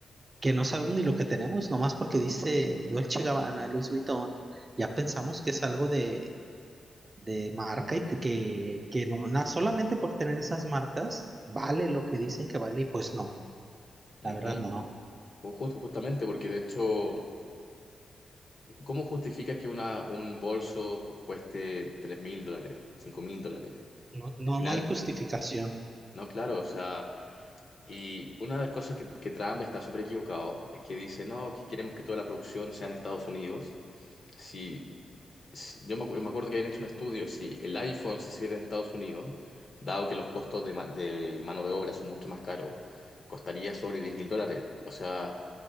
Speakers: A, on the right; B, on the left.
A: que no sabemos ni lo que tenemos, nomás porque dice Dolce Gabbana, Louis Vuitton, ya pensamos que es algo de, de marca y que, que no, na- solamente por tener esas marcas vale lo que dicen que vale, y pues no,
B: ujú.
A: la verdad no,
B: O jus- Justamente porque de hecho ¿Cómo justificas que una, un bolso cueste tres mil dólares, cinco mil dólares?
A: no, no,
B: Al final,
A: no hay justificación.
B: no, claro, o sea, y una de las cosas que, que Trump está súper equivocado es que dice, no, es que queremos que toda la producción sea en Estados Unidos. Si, si- yo me, acu- me acuerdo que habían hecho un estudio, si el iPhone se hiciera en Estados Unidos, dado que los costos de, ma- de mano de obra son mucho más caros, costaría sobre diez mil dólares. O sea,